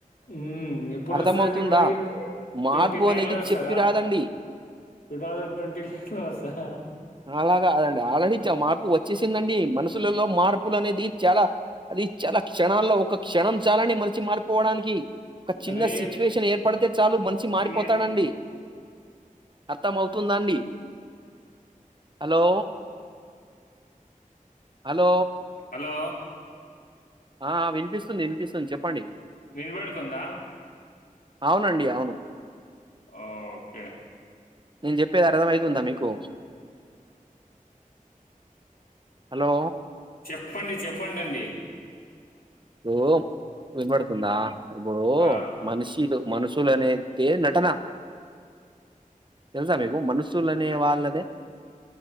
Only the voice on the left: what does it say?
మ్మ్ ఎప్పుడు
వస్తదండి మరి
ట్వంటీ నైన్
లో వస్తదా
టూ థౌజండ్ ట్వంటీ నైన్ లో వస్తదా
రే
ఏ-
హలో
వినబడుతుందా
ఓకే
చెప్పండి చెప్పడండి
ఆ